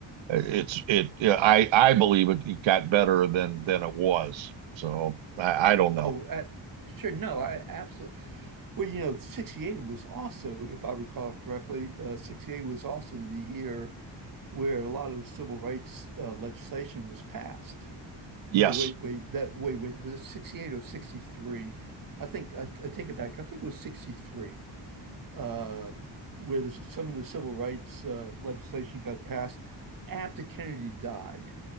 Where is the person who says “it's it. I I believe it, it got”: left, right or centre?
Right